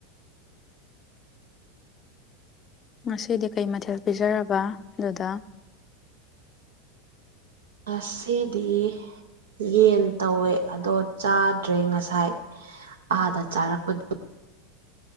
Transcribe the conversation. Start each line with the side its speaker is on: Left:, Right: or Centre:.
Left: ꯉꯁꯤꯗꯤ ꯀꯩ ꯃꯊꯦꯜ ꯄꯤꯖꯔꯕ ꯑꯗꯨꯗ
Right: ꯑꯁꯦꯗꯤ ꯌꯦꯟ ꯇꯧꯋꯦ ꯑꯗꯣ ꯆꯥꯗ꯭ꯔꯦ ꯉꯁꯥꯏ ꯑꯥꯗ ꯆꯥꯔꯛꯄꯗꯨ